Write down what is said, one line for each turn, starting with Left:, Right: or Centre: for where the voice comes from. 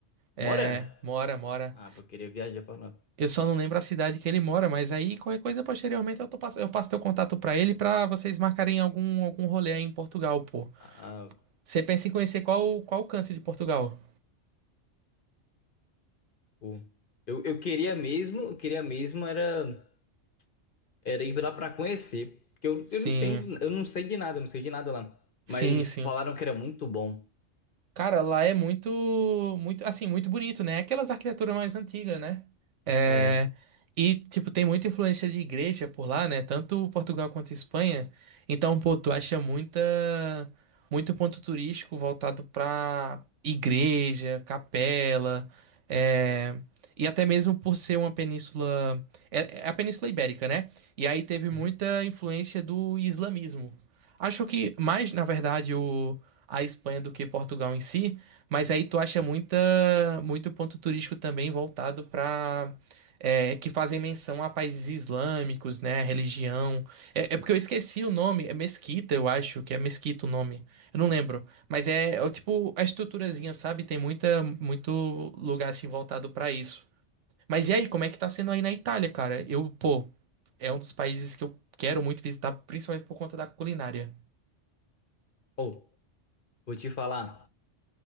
Right: É,
Left: Mora?
Right: mora, mora.
Left: Ah, eu queria viajar pra lá.
Right: Eu só não lembro a cidade que ele mora, mas aí qualquer coisa posteriormente eu, tô, pass- eu passo teu contato pra ele pra vocês marcarem algum, algum rolê aí em Portugal, pô.
Left: Ah,
Right: Você pensa em conhecer qual, qual canto de Portugal?
Left: pô. eu, eu queria mesmo, eu queria mesmo era Era ir lá pra conhecer. Porque eu,
Right: Sim,
Left: eu não entendo, eu não sei de nada, eu não sei de nada lá.
Right: sim,
Left: Mas
Right: sim.
Left: falaram que era muito bom.
Right: Cara, lá é muito, muito, assim, muito bonito, né? É Aquelas arquiteturas mais antigas, né? É,
Left: É.
Right: e, tipo, tem muita influência de igreja por lá, né? Tanto Portugal quanto Espanha. Então, pô, tu acha muita, muito ponto turístico voltado pra igreja, capela, é, e até mesmo por ser uma península, é, é a Península Ibérica, né? E aí teve
Left: Uhum.
Right: muita influência do islamismo. Acho que mais, na verdade, o a Espanha do que Portugal em si, mas aí tu acha muita, muito ponto turístico também voltado para que fazem menção a países islâmicos, né, religião. É, é porque eu esqueci o nome, é Mesquita, eu acho que é Mesquita o nome. Eu não lembro, mas é, é o tipo a estruturazinha, sabe? Tem muita muito lugar assim voltado para isso. Mas e aí, como é que tá sendo aí na Itália, cara? Eu, pô, é um dos países que eu quero muito visitar, principalmente por conta da culinária.
Left: Ou, vou te falar.